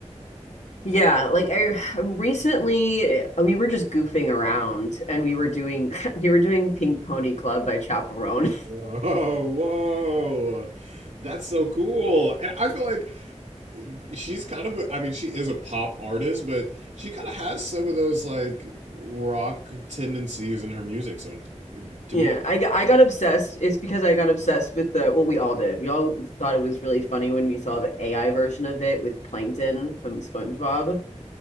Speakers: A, on the left; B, on the right.
A: Yeah, like I recently uh, we were just goofing around and we were doing <laughs> we were doing Pink Pony Club by Chaperone.
B: <laughs>
A: <laughs>
B: Whoa, whoa, that's so cool! And I feel like she's kind of a, I mean she is a pop artist but she kind of has some of those like rock tendencies in her music so to
A: Yeah,
B: me
A: I got I got obsessed. It's because I got obsessed with the well, we all did. We all thought it was really funny when we saw the AI version of it with Plankton from SpongeBob. <laughs>